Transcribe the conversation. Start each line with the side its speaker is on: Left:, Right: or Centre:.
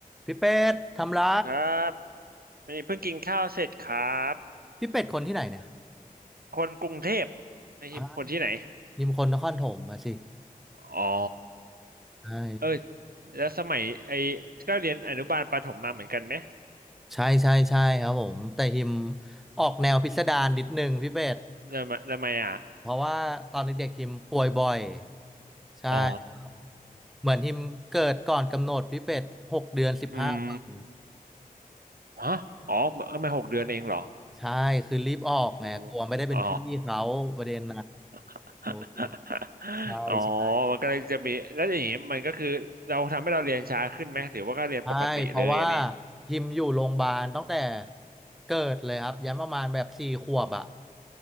Centre: พี่เป็ดทำไร
Right: ครับนี่เพิ่งกินข้าวเสร็จครับ
Centre: พี่เป็ดคนที่ไหนเนี่ย
Right: คนกรุงเทพนายฮิมคนที่ไหน
Centre: อ่ายิมคนนครถมมาสิ
Right: อ๋อ
Centre: ใช่
Right: เอ้ยแล้วสมัยไอ้ก็เรียนอนุบาลประถมมาเหมือนกันไหม
Centre: ใช่ใช่ใช่ครับผมแต่ฮิมออกแนวพิสดารนิดนึงพี่เป็ด
Right: แล้วมาแล้วมาอ่ะ
Centre: เพราะว่าตอนเด็กๆฮิมป่วยบ่อยใช่
Right: อ๋อ
Centre: เหมือนฮิมเกิดก่อนกำหนดพี่เป็ดหกเดือนสิบห้าวัน
Right: อืมฮะอ๋อเอ้มาหกเดือนเองเหรอ
Centre: ใช่คือรีบออกไงกลัวไม่ได้เป็นพี่เขาประเด็นนะ
Right: อืมอ๋อ <laughs>
Centre: โอ้โหใช่ใช่
Right: อ๋อมันก็เลยจะมีแล้วอย่างนี้มันก็คือเราทำให้เราเรียนช้าขึ้นไหมหรือว่าก็เรียนปกติเลยอะไนี้
Centre: ใช่เพราะว่าฮิมอยู่โรงพยาบาลตั้งแต่เกิดเลยครับยันประมาณแบบสี่ขวบอ่ะ